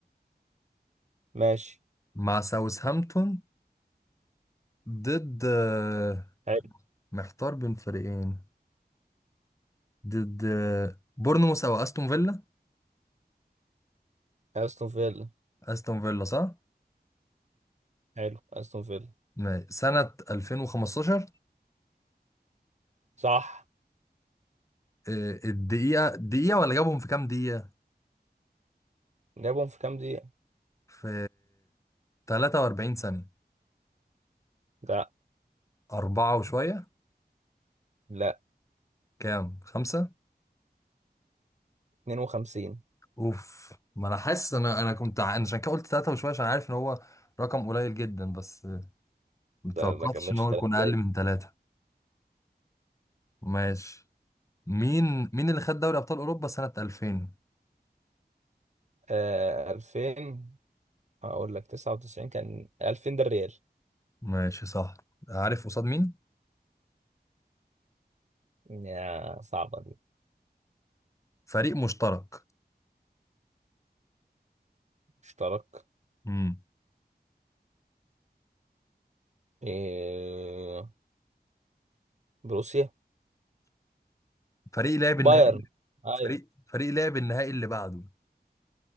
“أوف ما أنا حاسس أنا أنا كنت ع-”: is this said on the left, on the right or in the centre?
Left